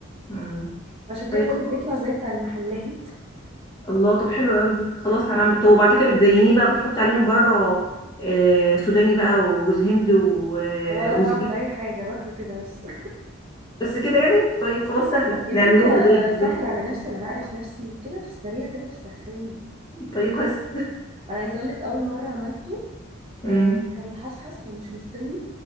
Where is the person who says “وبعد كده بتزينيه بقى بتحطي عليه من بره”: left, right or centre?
Left